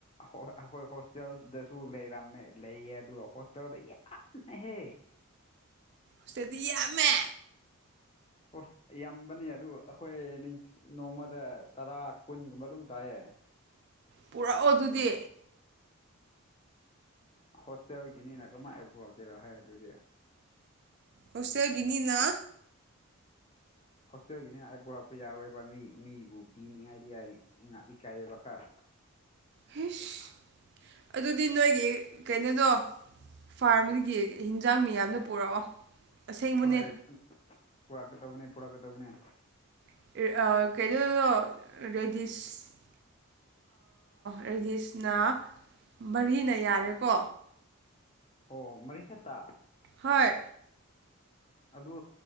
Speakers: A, on the left (about 25°); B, on the right (about 50°).
A: ꯑꯩꯈꯣꯏ ꯍꯣꯁꯇꯦꯜꯗꯁꯨ ꯂꯩꯔꯝꯃꯦ ꯂꯩꯌꯦ ꯑꯗꯨꯒ ꯍꯣꯁꯇꯦꯜꯗ ꯌꯥꯝꯅꯍꯦꯛ
B: ꯏꯁꯇꯗꯤ ꯑꯃ
A: ꯍ ꯌꯥꯝꯕꯅꯦ ꯑꯗꯨ ꯑꯩꯈꯣꯏ ꯅꯣꯡꯃꯗ ꯇꯔꯥ ꯀꯨꯟꯒꯨꯝꯕ ꯑꯗꯨꯝ ꯆꯥꯏꯌꯦ
B: ꯄꯨꯔꯛꯑꯣ ꯑꯗꯨꯗꯤ
A: ꯍꯣꯁꯇꯦꯜꯒꯤꯅꯤꯅ ꯀꯃꯥꯏꯅ ꯄꯨꯔꯛꯀꯦꯔꯣ ꯍꯥꯏ ꯑꯗꯨꯗꯤ
B: ꯍꯣꯁꯇꯦꯜꯒꯤꯅꯤꯅ
A: ꯍꯣꯁꯇꯦꯜꯒꯤ ꯃꯤꯅ ꯄꯨꯣꯔꯛꯄ ꯌꯥꯔꯣꯏꯕ ꯃꯤ ꯃꯤꯕꯨ ꯄꯤꯅꯤꯡꯉꯥꯏꯗꯤ ꯌꯥꯏ ꯏꯀꯥꯏꯑꯕ ꯈꯔ
B: ꯍꯁ ꯑꯗꯨꯗꯤ ꯅꯣꯏꯒꯤ ꯀꯩꯅꯣꯗꯣ ꯐꯥꯔꯝꯗꯒꯤ ꯍꯤꯟꯖꯥꯡ ꯃꯤꯌꯥꯝꯅ ꯄꯨꯔꯛꯑꯣ ꯑꯁꯦꯡꯕꯅꯦ
A: ꯍꯣꯏ ꯄꯨꯔꯛꯀꯗꯧꯕꯅꯤ ꯄꯨꯔꯛꯀꯗꯧꯕꯅꯦ
B: ꯀꯩꯩꯅꯣ ꯔꯦꯗꯤꯁ ꯔꯦꯗꯤꯁꯅ ꯃꯔꯤꯅ ꯌꯥꯔꯦꯀꯣ
A: ꯑꯣ ꯃꯔꯤꯈꯠꯇ
B: ꯍꯣꯏ
A: ꯑꯗꯨ